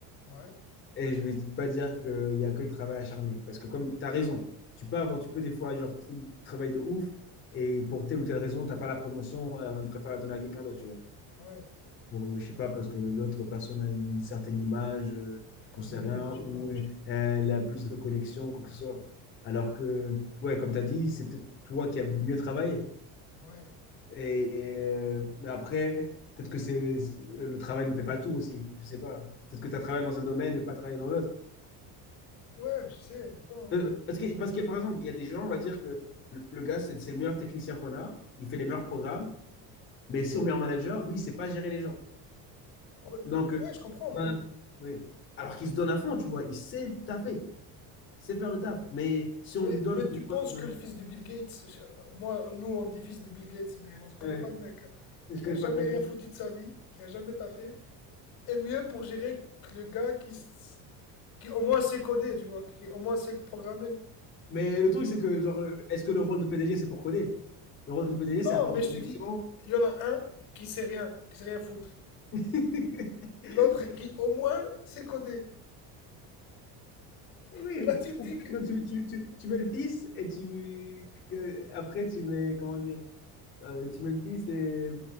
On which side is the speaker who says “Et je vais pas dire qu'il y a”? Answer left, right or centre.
Left